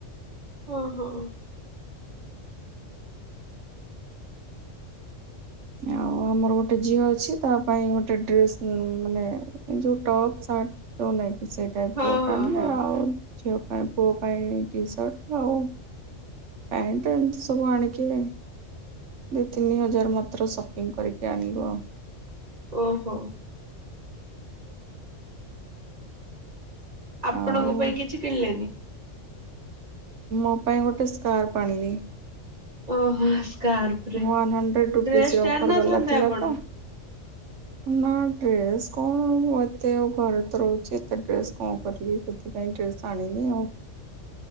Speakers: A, on the right; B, on the right.
A: ହଁ ହଁ
B: ଆଉ ଆମର ଗୋଟେ ଝିଅ ଅଛି ତା ପାଇଁ ଗୋଟେ ଡ୍ରେସ୍ ମାନେ ଏ ଯୋଉ ଟପ୍ ସାର୍ଟ <unintelligible> <unintelligible>
A: ହଁ ହଁ
B: ଆଣିଲେ
A: ହଁ
B: ଆଉ ଝିଅ ପାଇଁ ପୁଅ ପାଇଁ ଟି ସାର୍ଟ ଆଉ ପ୍ୟାଣ୍ଟ ଏମିତି ସବୁ ଆଣିିକି ଦୁଇ ତିନି ହଜାର ମାତ୍ର ସପିଂ କରିକି ଆଣିଲୁ ଆଉ।
A: ଓହୋ ଆପଣଙ୍କ
B: ଆଉ
A: ପାଇଁ କିଛି କିଣିଲେନି।
B: ମୋ ପାଇଁ ଗୋଟେ ସ୍କାର୍ପ ଆଣିବେ।
A: ଓହୋ ସ୍କାର୍ପରେ
B: ୱାନ୍ ହଣ୍ଡ୍ରେଡ୍ ରୁପିଜ୍
A: ଡ୍ରେସଟେ
B: ର ଅଫର୍
A: ଆଣି ନଥାନ୍ତେ
B: ବାଲା ଥିଲା
A: ଆପଣ।
B: ତ ନା ଡ୍ରେସ୍ କଣ ଏତେ ଘରେତ ରହୁଚି। ତ ଡ୍ରେସ କଣ କରିବି ସେଥିପାଇଁ ଡ୍ରେସ ଆଣିନି ଆଉ।